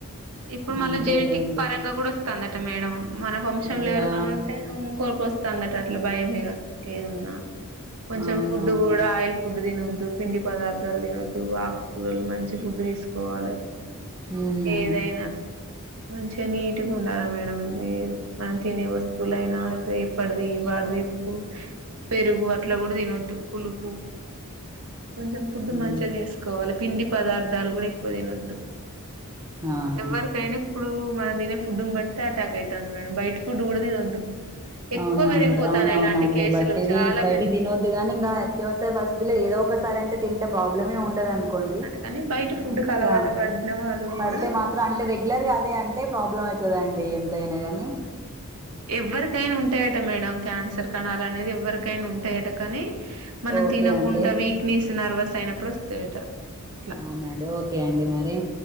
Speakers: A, on the right (about 75°); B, on the right (about 15°).
A: ఇప్పుడు మల్ల
B: అంతేలేండి
A: జెనటిక్ పరంగా కూడా ఒస్ కన్నటే మేడం మన వంశం
B: ఇగా
A: లో ఎవరికైన్నా ఉంటే ఇంకొరిక వస్త తందట అట్లా భయం ఇగ ఏదున్నా కొంచెం
B: అవునవును
A: ఫుడ్ కూడా ఆయిల్ ఫుడ్ తినొద్దు పిండి పదార్థాలు తినొద్దు ఆకుకూరలు మంచి ఫుడ్ తీస్ స్కోవాలే
B: ఉమ్
A: ఏదైనా మంచిగా నీట్గా ఉండాలా మేడం మనం తినే వస్తువులైనా ఎ పటది వాడిది ఉ పెరుగు అట్లా కూడా తినొద్దు పులుపు కొంచెం ఫుడ్
B: ఉమ్
A: మంచిగాదీసుకోవాలి పిండి పదార్థాలు కూడా ఇప్ క్కువదినొద్దు
B: ఆహా
A: ఎవ్వరికైనా ఇప్పుడు మనం తినే ఫుడ్ బట్టి అటాక్ ఐతంది మేడం బైట్ ఫుడ్ కూడా తినొద్దు ఎక్కువ
B: అవునండి
A: పెరిగిపోతాను
B: అవున
A: ఇలాంటి
B: అవునండి
A: కేసులు
B: బట్ ఇది
A: చాలా
B: బయటి దినోద్ అదిగాని ఇంకా అత్యవసర పరిస్థితిలో ఏదో ఒకసారి అంట తంటే ప్రాబ్లమే ఉండద అన్ కొండి
A: పెరిగిపోతాను కానీ బయట ఫుడ్కి
B: అన్నిగా
A: అలవాటు పడిన వాళ్ళు
B: పడితే
A: కూడా
B: మాత్ ఇ అంటే రెగ్యులర్గా అదే అంటే ప్రాబ్లం అయితదండి ఎంతైనా కానీ
A: ఎవ్వరికైనా ఉంటాయట మేడం క్యాన్సర్ కనాలనేది ఎవ్వరి ఉంటాయట కానీ మనం
B: ఓకే
A: తినకుండా
B: అండి
A: వీక్నెస్ నర్వస్ అయినప్పుడు వస్తాయట అట్లా.
B: అవునండి ఓకే అండి మరి